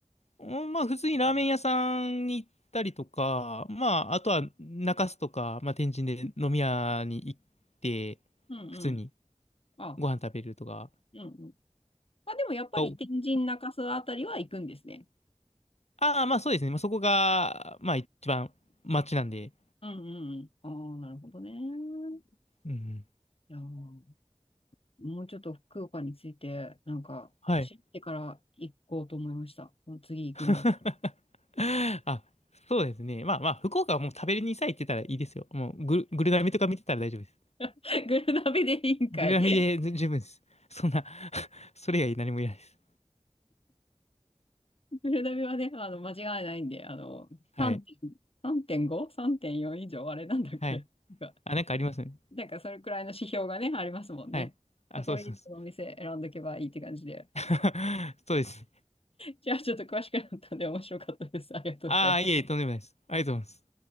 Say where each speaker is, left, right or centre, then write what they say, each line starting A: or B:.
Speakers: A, on the left; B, on the left.
A: うんまあ普通にラーメン屋さんに行ったりとか、まああとは中洲とか、まあ天神で飲み屋に行って、
B: うんうん。
A: 普通に
B: あ、
A: ご飯食べるとか
B: うんうん。まあでもやっぱり天神中洲あたりは行くんですね。
A: が多く。ああ、まあそうですね。まあ、そこが、まあ一番街なんで。
B: うんうんうん。ああ、なるほどね。い
A: うんうん。
B: やー、もうちょっと福岡について、なんか、
A: はい。
B: 知ってから行こうと思いました。もう次行くんだ。
A: <laughs> あ、そうですね。まあまあ、福岡はもう食べれにさえ行ってたらいいですよ。もうグル、グルナミとか見てたら大丈夫です。
B: <laughs> グルナビでいいんかい。
A: グルナミで十分です。
B: <laughs>
A: そんな <laughs> それ以外何もいらないです。
B: グルナビはね、あの、間違いないんで、あの、
A: はい。
B: 3点、3.5? 3.4以上あれなんだっけなんか、
A: はい。あ、なんかありますね。
B: なんかそれくらいの指標がね、ありますもんね。
A: はい。あ、
B: そこにこのお店選んどけばいいって感じで。
A: そうです。そうです。<laughs> そうです
B: じゃあちょっと詳しくなったんで面白かったです。ありがとうございます。
A: ああ、いえいえ、とんでもないです。ありがとうございます。